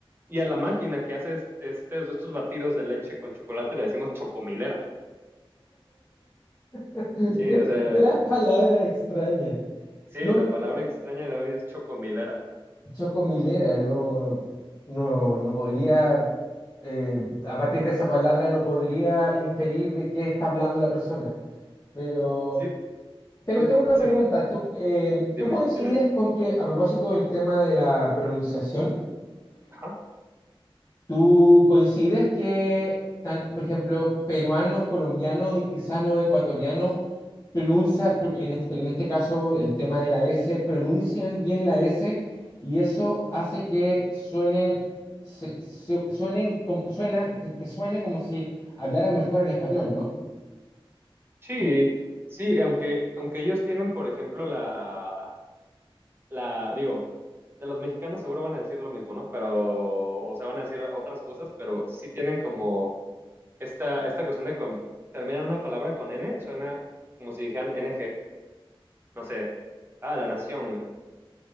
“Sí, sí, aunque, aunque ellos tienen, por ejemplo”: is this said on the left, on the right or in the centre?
Right